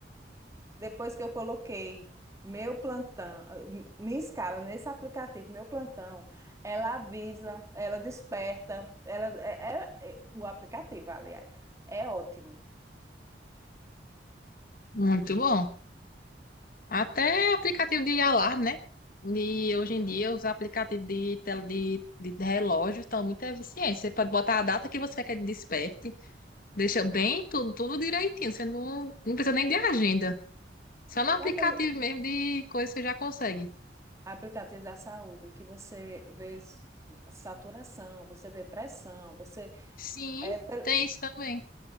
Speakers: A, on the right; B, on the left.
A: depois que eu coloquei meu plantão, eh, minha escala nesse aplicativo, meu plantão, ela avisa, ela desperta, ela é, é- é- o aplicativo, aliás, é ótimo.
B: muito bom. Até aplicativo de alarme, né? De, hoje em dia, os aplicativos de, tele- de, de relógio estão muito eficientes. Você pode botar a data que você quer que ele desperte, deixa bem tudo, tudo direitinho. Você não, não precisa nem de agenda. Só no aplicativo
A: É aquele
B: mesmo de coisa você já consegue.
A: aplicativo da saúde que você vê s- saturação, você vê pressão, você
B: Sim,
A: É, pe-
B: tem isso também.